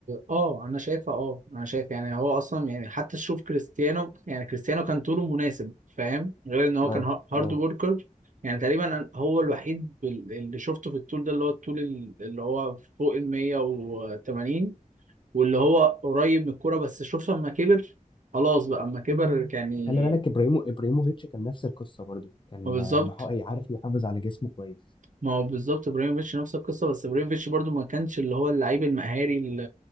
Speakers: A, on the right; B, on the left.
A: اه انا شايفها اه انا شايف يعني هو اصلا يعني حتى تشوف كريستيانو يعني كريستيانو كان طوله مناسب فاهم غير ان هو
B: اه
A: كان ها- هارد
B: اه
A: وركر يعني تقريبا أنا- هو الوحيد بال- اللي شفته في الطول ده اللي هو الطول ال- اللي هو فوق ال 180 واللي هو قريب من الكوره بس شوف لما كبر خلاص بقى اما كبر يعني
B: خلي بالك ابراهيمو ابراهيموفيتش كان نفس القصه برضو كان
A: بالظبط
B: آه، محقق- عارف يحافظ على جسمه كويس
A: ما هو بالظبط ابراهيموفيتش نفس القصه بس ابراهيموفيتش برضو ما كانش اللي هو اللعيب المهاري ال-